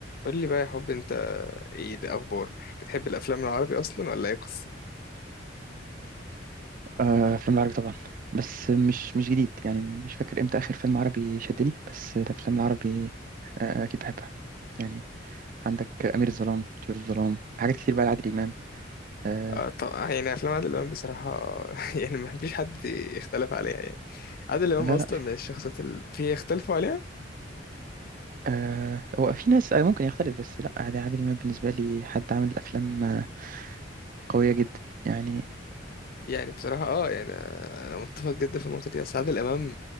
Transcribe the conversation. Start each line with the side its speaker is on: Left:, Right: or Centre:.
Left: قول لي بقى يا حب انت ايه الاخبار بتحب الافلام العربي اصلا ولا ايه قصه
Right: آه، أفلام العربي طبعا بس مش مش جديد يعني مش فاكر إمتى آخر فيلم عربي شدني بس الأفلام العربي آه، آه، أكيد بحبها يعني عندك أمير الظلام طيور الظلام حاجات كتير بقى لعادل إمام آه،
Left: آه طب يعني افلام عادل امام بصراحه <laughs> يعني ما فيش حد يختلف عليها يعني عادل امام
Right: لا
Left: اصلا
Right: لا في
Left: من الشخصيات اللي في يختلفوا عليها
Right: آه، هو في ناس آه، ممكن يختلف بس لا عادل عادل إمام بالنسبة لي حد عامل أفلام آه، قوية جدا يعني
Left: يعني بصراحه اه يعني انا انا متفق جدا في النقطه دي اصل عادل امام